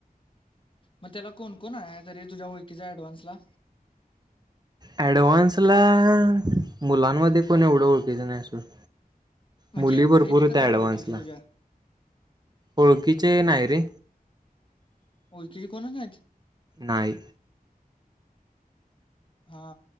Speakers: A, on the left (about 35°); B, on the right (about 25°).
A: मग त्याला कोण कोोण आहे तरी तुझ्या ळखीचा डव्हान्स ला
B: ऍडव्हान्स ला मुलांमध्ये कोण एवढं ओळखेच नाही आहे अस
A: म्हणजे
B: मुली भरपूर
A: आहेत
B: होत्या
A: तर काय
B: ऍडव्हान्सला
A: ओळखीचे तुझ्या
B: ओळखीचे नाही रे
A: ओ किरी कोण नाही
B: नाहीई
A: हा